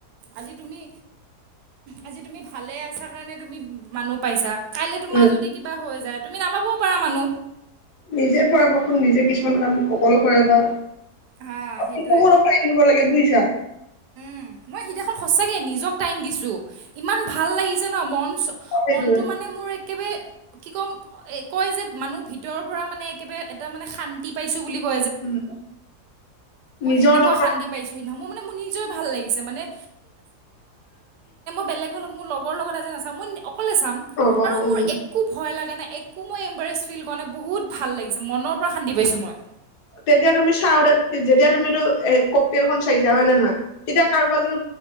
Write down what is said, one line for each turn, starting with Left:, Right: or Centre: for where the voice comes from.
Right: আজি তুমি আজি তুমি ভালে আছা কাৰণে তুমি মানুহ পাইছা কাইলৈ তোমাৰ
Left: উম
Right: যদি কিবা হৈ য তুমি নাপাবও পাৰা মানুহ।
Left: নিজে কৰাব খু নিজে কিছুমান কাম অকো কৰে বা
Right: হা
Left: অপাই
Right: সেইটোৱে
Left: দিব লাগে বুজিছা।
Right: উ মই সিদিনাখন সচাকে নিজক টাইম দিছো ইমান ভাল লাগি যে ন মন
Left: সেইটোৱে
Right: মনটো মানে মোৰ একেবাৰে কি ক'ম এ কয় যে মানুহ ভিতৰৰ পৰা মানে একেবাৰে এটা মানে শান্তি পাইছো বুলি ক
Left: উম,
Right: মই
Left: নিজৰ
Right: সেনেকুৱা
Left: লগত অলপ
Right: শান্তি পাইছো সি মানে মোৰ নিজ ভাল লাগে। ম মই বোৰ লগৰ লগত অকলে চাম
Left: অ অ
Right: আৰু
Left: উম
Right: মোৰ একো ভয় লাগা নাই একো মই এম্বাৰেজ ফিল কৰা নাই বহুত ভাল লাগে। মনৰ পৰা শান্তি পাইছো মই
Left: তেতিয়া তুমি চাওঁ দে যেতিয়া তুমিটো কক তেল খন চাইছা হয় নে নহয় তেতিয়া কাৰোবাৰ য